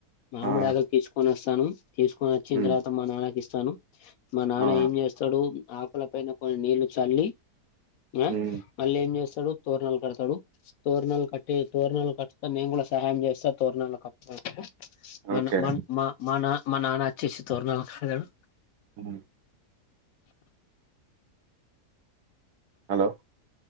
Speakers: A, on the left; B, on the right.
A: మామిడాగాకి
B: ఆ
A: తీసుకొని వస్తాను తీసుకొని వచ్చిన
B: మ్మ్
A: తర్వాత మా నాన్నకి ఇస్తాను మా నాన్న
B: ఆ
A: ఏం చేస్తాడు ఆకుల పైన కొన్ని నీళ్లు చల్లి ఆ
B: మ్మ్
A: మళ్ళీ ఏం చేస్తాడు తోరనాలు కడతాడు తోరనాలు కట్టటి తోరనాలు కట్టతా నేను కూడా సహాయం చేస్తా తోరణలకుప్పుడయితే మన
B: ఓకే
A: మ మన మా నాన్న వచ్చేసి తోరణాలు కాడతాడు
B: అవును హలో